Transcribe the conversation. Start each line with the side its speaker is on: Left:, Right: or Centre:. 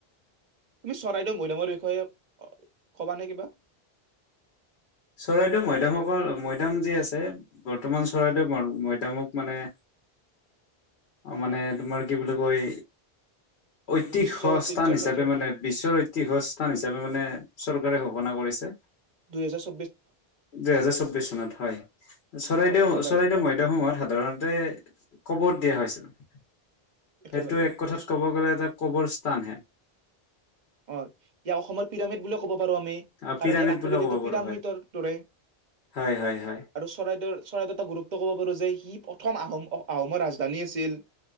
Right: কি চৰাইদেউ মৈদামৰ বিষয়ে অ' কবা নে কিবা?
Left: চৰাইদেউ মৈদামসকল- মৈদাম যি আছে বৰ্তমান চৰাইদেউ ম- মৈদামক মানে- অ' মানে তোমাৰ কি বুলি কয় ঐতিহ
Right: বিশ্ব ঐতিহ্য
Left: স্থান হিচাপে
Right: ক্ষেত্ৰৰ
Left: মানে- বিশ্বৰ ঐতিহ স্থান হিচাপে মানে স্বৰূপ কাৰে ঘোষণা কৰিছে।
Right: দুইহেজাৰ
Left: দুহেজাৰ চৌবিশ চনত, হয়। চৰাইদেউ-
Right: অ একেবাৰে
Left: চৰাইদেউ
Right: আ,
Left: মৈদামসমূহত সাধাৰণতে কবৰ দিয়া হৈছিল। সেইটো
Right: একেবাৰে
Left: এক কথাত ক'ব গ'লে এটা কবৰ স্থানহে।
Right: অ' ইয়াক অসমৰ পিৰামিড বুলি ক'ব পাৰোঁ আমি।
Left: আ,
Right: কাৰণ
Left: পিৰামিড
Right: ইয়াৰ আকৃতিটো
Left: বুলিও ক'ব
Right: পিৰামিড
Left: পাৰো হয়
Right: ডৰ দৰে।
Left: হয় হয় হয়
Right: আৰু চৰাইদেউৰ- চৰাইদেউ এটা গুৰুত্ব ক'ব পাৰোঁ যে সি প্ৰথম আহোম- অ' আহোমৰ ৰাজধানী আছিল।